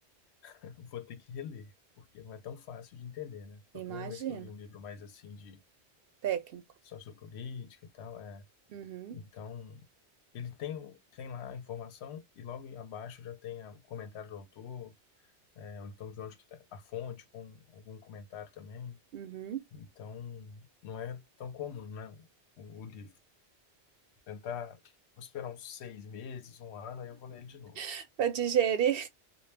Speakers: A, on the left (about 75°); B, on the right (about 65°).
A: <laughs> vou ter que reler, porque não é tão fácil de entender, né? Foi
B: imagino.
A: a primeira vez que eu li um livro mais assim de
B: Técnico.
A: sociopolítica e tal, é.
B: Uhum,
A: Então, ele tem, tem lá a informação e logo abaixo já tem a- o comentário do autor, é, ou então de onde que tá a fonte com algum comentário também.
B: uhum.
A: Então, não é tão comum, né, o, o livro. Tentar, vou esperar uns seis meses, um ano, aí eu vou ler ele de novo.
B: <laughs> Para digerir.